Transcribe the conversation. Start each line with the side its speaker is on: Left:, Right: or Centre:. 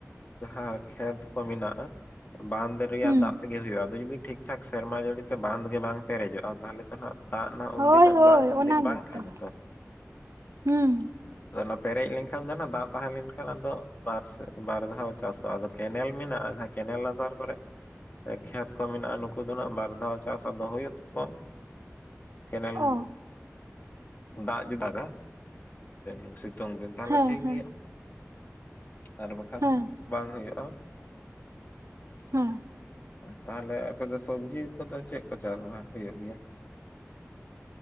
Left: ᱡᱟᱦᱟᱸ ᱠᱷᱮᱛ ᱠᱚ ᱢᱮᱱᱟᱜᱼᱟ ᱾ ᱵᱟᱸᱫᱷ ᱨᱮᱭᱟᱜ
Right: ᱦᱩᱸ
Left: ᱫᱟᱜ ᱛᱮᱜᱮ ᱦᱩᱭᱩᱜᱼᱟ ᱟᱫᱚ ᱡᱩᱫᱤ ᱴᱷᱤᱠᱼᱴᱷᱟᱠ ᱥᱮᱨᱢᱟ ᱡᱟᱹᱲᱤ ᱛᱮ ᱵᱟᱸᱫᱷ ᱜᱮ ᱵᱟᱝᱼᱼ ᱯᱮᱨᱮᱡᱚᱜᱼᱟ ᱛᱟᱦᱚᱞᱮ ᱛᱚ ᱱᱟᱜ ᱼᱼ ᱫᱟᱜ ᱱᱟᱜ ᱩᱱᱫᱤᱱᱟᱜ
Right: ᱦᱳᱭ ᱦᱳᱭ
Left: ᱵᱟᱝ ᱩᱱᱫᱤᱱ
Right: ᱚᱱᱟ
Left: ᱵᱟᱝ
Right: ᱜᱮᱛᱚ
Left: ᱛᱟᱦᱮᱱᱟ ᱛᱚ ᱾
Right: ᱦᱩᱸ
Left: ᱟᱫᱚ ᱚᱱᱟ ᱯᱮᱨᱮᱡ ᱞᱮᱱᱠᱷᱟᱱ ᱫᱚ ᱱᱟᱜ ᱫᱟᱜ ᱛᱟᱦᱮᱸ ᱞᱮᱱᱠᱷᱟᱱ ᱟᱫᱚ ᱵᱟᱨ ᱫᱷᱟᱣ ᱪᱟᱥᱚᱜᱼᱟ ᱾ ᱠᱮᱱᱮᱞ ᱢᱮᱱᱟᱜᱼᱟ ᱡᱟᱦᱟᱸ ᱠᱮᱱᱮᱞ ᱞᱟᱛᱟᱨ ᱠᱚᱨᱮᱼᱼ ᱠᱷᱮᱛ ᱠᱚ ᱢᱮᱱᱟᱜᱼᱟ ᱱᱩᱠᱩ ᱫᱚ ᱱᱟᱜ ᱵᱟᱨ ᱫᱷᱟᱣ ᱪᱟᱥ ᱟᱫᱚ ᱦᱩᱭᱩᱜ ᱛᱟᱠᱚᱣᱟ, ᱠᱮᱱᱮᱞᱼᱼ
Right: ᱚ
Left: ᱫᱟᱜ ᱡᱩᱫᱤ ᱫᱟᱜᱟ ᱮᱸᱥᱤᱛᱩᱝ ᱫᱤᱱ ᱛᱟᱦᱞᱮ
Right: ᱦᱮᱸ
Left: ᱴᱷᱤᱠ
Right: ᱦᱮᱸ
Left: ᱜᱮᱭᱟ ᱾ ᱟᱨ ᱵᱟᱠᱷᱟᱱ
Right: ᱦᱮᱸ
Left: ᱫᱚ ᱵᱟᱝ ᱦᱩᱭᱩᱜᱼᱟ ᱾
Right: ᱦᱮᱸ
Left: ᱛᱟᱦᱚᱞᱮ ᱚᱯᱮ ᱫᱚ ᱥᱚᱵᱽᱡᱤ ᱠᱚᱫᱚ ᱪᱮᱫ ᱠᱚ ᱪᱟᱥ ᱵᱟᱥ ᱦᱩᱭᱩᱜ ᱜᱮᱭᱟ?